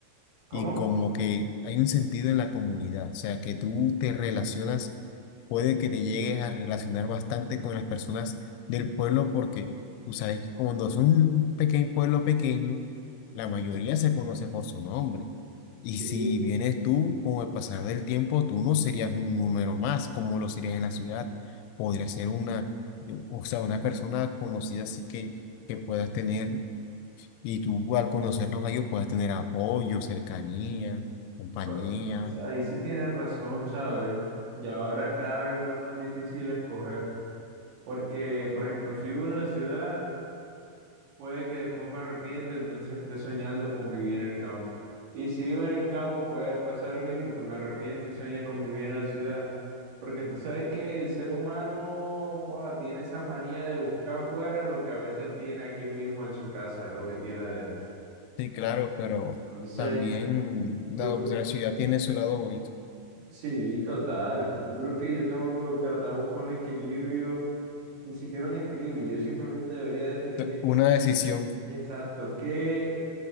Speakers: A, on the right; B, on the left.
A: ¿Cómo?
B: y como que hay un sentido en la comunidad, o sea, que tú te relacionas, puede que te llegues a relacionar bastante con las personas del pueblo porque tú sabes que cuando es un pequeño pueblo pequeño, la mayoría se conoce por su nombre. Y
A: Sí,
B: si vienes tú, con el pasar del tiempo, tú no serías un número más como lo serías en la ciudad. Podrías ser una, o sea, una persona conocida, así que, que puedas tener. Y tú al conocerlos a ellos puedes tener apoyo, cercanía, compañía.
A: bu- pues ahí sí tienes razón, ¿sabes? Y ahora cada vez veo más difícil escoger, porque, por ejemplo, si vivo en la ciudad, puede que después me arrepienta, entonces esté soñando con vivir en el campo. Y si vivo en el campo, puede pasar lo mismo, que me arrepiente y sueñe con vivir en la ciudad. Porque tú sabes que el ser humano, joda, tiene esa manía de buscar afuera lo que a veces tiene aquí mismo en su casa, lo que tiene adentro.
B: Sí, claro, pero
A: Entonces,
B: también la
A: yo creo
B: ciudad tiene su lado bonito.
A: Sí, total. Yo creo que yo tengo que tratar de buscar un equilibrio, ni siquiera un equilibrio. Yo simplemente debería definir
B: Te- Una decisión.
A: exacto qué,